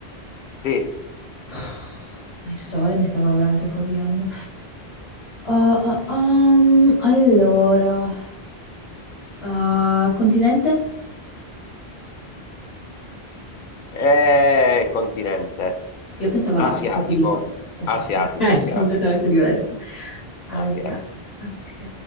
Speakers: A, on the left; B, on the left.
A: Sì,
B: <sighs> Ma il sole mi stava veramente fuorviando. Ah, ah, um, allora, ah, continente?
A: è continente
B: Io pensavo
A: asiatico,
B: all'Africa, ti dico. Oh,
A: asiatico,
B: <laughs> è
A: asiatico,
B: completamente
A: asiatico.
B: diverso. Asia.
A: Api, api.
B: Ok,